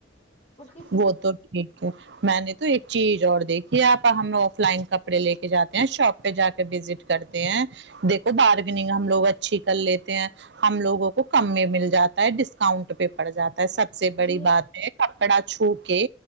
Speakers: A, on the left; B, on the right.
A: اور کسی
B: وہ تو ٹھیک ہے میں نے تو ایک چیز اور دیکھی آپا ہم آف لائن کپڑے لے کے جاتے ہیں شاپ پہ جا کے وزٹ کرتے ہیں دیکھو بارگننگ ہم لوگ اچھی کر لیتے ہیں ہم لوگوں کو کم میں مل جاتا ہے ڈسکاؤنٹ پہ پڑ جاتا ہے سب سے بڑی
A: یہ
B: بات کپڑا چھو کے